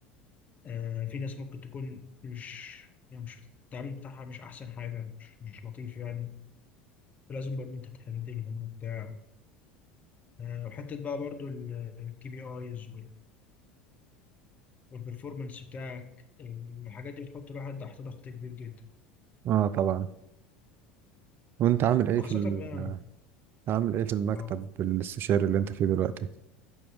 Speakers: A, on the left; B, on the right.
A: آه، في ناس ممكن تكون مش يعني مش التعامل بتاعها مش أحسن حاجة مش, مش لطيف يعني فلازم برضه أنت تهندلهم وبتاع آه، وحتة بقى برضه الكي بي آيز والبرفورمانس بتاعك الحاجات دي بتحط الواحد تحت ضغط كبير جدا
B: اه طبعا وانت عامل ايه
A: وخاصة
B: في ال...
A: بقى
B: عامل ايه في المكتب
A: اه
B: الاستشاري اللي انت فيه دلوقتي